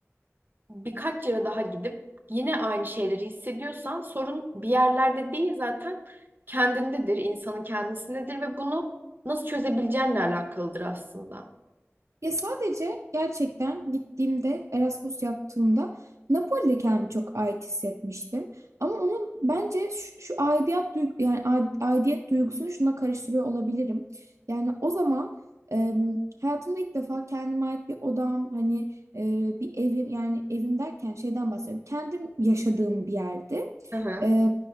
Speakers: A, on the right; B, on the right.
A: birkaç yere daha gidip yine aynı şeyleri hissediyorsan sorun bir yerlerde değil zaten kendindedir, insanın kendisindedir ve bunu nasıl çözebileceğinle alakalıdır aslında.
B: Ya sadece gerçekten gittiğimde Erasmus yaptığımda Napoli'de kendimi çok ait hissetmiştim. Ama onun bence şu, şu aidiyet duygu yani a- aidiyet duygusunu şuna karıştırıyor olabilirim. Yani o zaman e, hayatımda ilk defa kendime ait bir odam hani e, bir evim yani evim derken şeyden bahsediyorum. Kendim yaşadığım bir yerde.
A: Hı hı.
B: E,